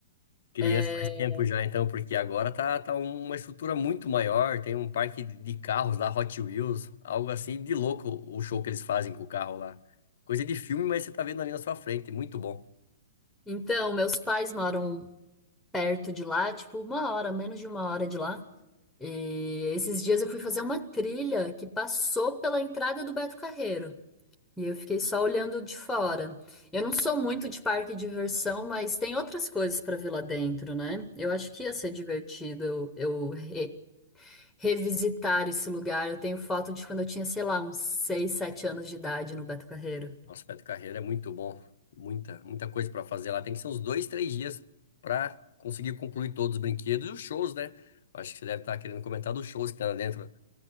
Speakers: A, on the left (about 60°); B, in the centre.
A: crianças
B: É,
A: faz tempo já, então, porque agora tá, tá uma estrutura muito maior. Tem um parque de de carros lá, Hot Wheels, algo assim de louco o show que eles fazem com o carro lá. Coisa de filme, mas você tá vendo ali na sua frente, muito bom.
B: Então, meus pais moram perto de lá, tipo uma hora, menos de uma hora de lá. E esses dias eu fui fazer uma trilha que passou pela entrada do Beto Carreiro. E eu fiquei só olhando de fora. Eu não sou muito de parque e diversão, mas tem outras coisas para ver lá dentro, né? Eu acho que ia ser divertido eu, eu revisitar esse lugar. Eu tenho foto de quando eu tinha, sei lá, uns 6, 7 anos de idade no Beto Carreiro.
A: Nossa, Beto Carreiro é muito bom. Muita, muita coisa para fazer lá. Tem que ser uns dois, três dias para conseguir concluir todos os brinquedos e os shows, né? Acho que você deve estar querendo comentar dos shows que tá lá dentro